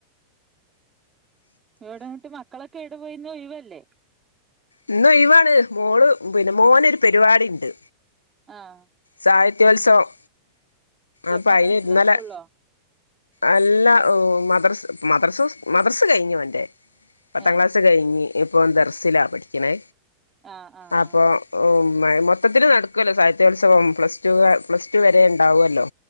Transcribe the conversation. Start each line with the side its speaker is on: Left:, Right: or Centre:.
Right: ഏടെ ഇങ്ങട്ട്മക്കളൊക്കെ എവിടെ പോയീന്ന് ഇന്ന്ഒഴിവല്ലേ
Left: ഇന്ന്‌ ഒഴിവാണ് മോള് പിന്നെ മോനൊരു പരിപാടി ഇണ്ട്
Right: ആഹ്
Left: സാഹിത്യോത്സവം അപ്പഅയിന്
Right: മദ്രസിലോ
Left: ഇന്നലെ
Right: സ്കൂളിലോ
Left: അല്ലാ മദ്രസ് മദ്രസ മദ്രസ് കഴിഞ്ഞുഓന്റെ പത്താം
Right: ഏ
Left: ക്ലാസ്സ് കഴിഞ്ഞ് ഇപ്പോ ഓൻ ദർസിലാ പഠിക്ണ്
Right: ആഹ് ആഹ്
Left: അപ്പോ
Right: ആഹ്
Left: ഓഹ് മയ മൊത്തത്തില് നടകൊല്ലാേ സാഹിത്യോത്സവം പ്ലസ് ടു ക പ്ലസ് ടു വരെ ഇണ്ടാവോല്ലോ